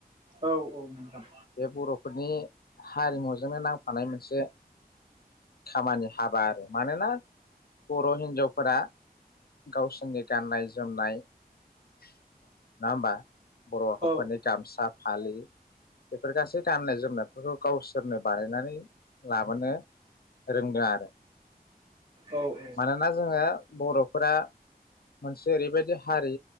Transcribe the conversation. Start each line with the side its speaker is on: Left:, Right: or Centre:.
Right: औ औ नोंथां
Left: बे बर'फोरनि हारिमुजोंनो नां फैफानाय मोनसे खामानि आरो मानोना बर' हिनजावफोरा गावसोरनि गाननाय जोमनाय नंङा होमबा बर'फोरनि
Right: औ
Left: गामसा फालि बेफोर गासै गाननाय जोमनायफोरखौ गावसोरनो बानायनानै लाबोनो रोंदों आरो।
Right: औ औ
Left: मानोना जोंङो बर'फोरा मोनसे ओरैबायदि हारि